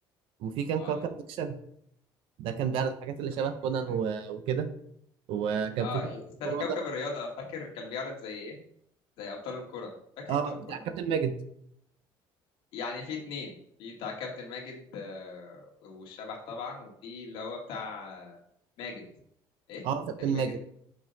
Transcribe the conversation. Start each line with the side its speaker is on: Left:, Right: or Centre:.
Right: وفي كان
Left: اه
Right: كوكب اكشن ده كان بيعرض الحاجات اللي
Left: زي-
Right: شبه كونان و- وكده وكان
Left: اه
Right: في كوكب
Left: استنى
Right: فرادة
Left: كوكب الرياضة فاكر كان بيعرض زي ايه؟ زي أبطال الكرة فاكر
Right: اه
Left: أبطال الكرة؟
Right: بتاع كابتن ماجد
Left: يعني في اتنين في بتاع كابتن ماجد آه، والشبح طبعا وفي اللي هو بتاع آه، ماجد ايه؟
Right: اه كابتن
Left: تاني ماجد
Right: ماجد